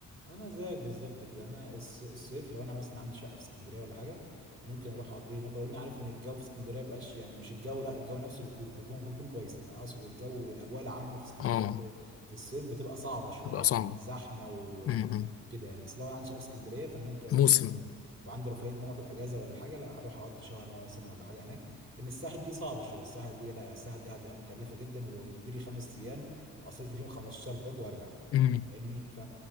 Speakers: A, on the right; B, on the left.
A: انا زيك بالظبط كده انا الص- الصيف لو انا مثلا عندي شقه في اسكندريه ولا حاجه ممكن اروح اقضيه هناك ولو اني عارف ان الجو في اسكندريه مبقاش يعني مش الجو لا الجو نفسه بيكون بيكون بيكون كويس لكن اقصد الجو الاجواء العامه في اسكندريه
B: آه
A: في, في الصيف بتبقى صعبه شويه
B: تبقى
A: يعني
B: صعبة
A: من الزحمه و...
B: م- م.
A: وكده يعني بس لو انا عندي شقه في اسكندريه فانا ممكن اروح
B: موسم
A: مثلا وعندي رفاهيه ان انا اخد اجازه ولا حاجه لا هروح اقضي شهر مثلا ولا حاجه هناك لان الساحل دي صعبه شويه الساحل دي لا الساحل دي هتبقى مكلفه جدا وكبيري خمس ايام اصرف لي فيهم 15 باك وارجع
B: م.
A: فاهمني ف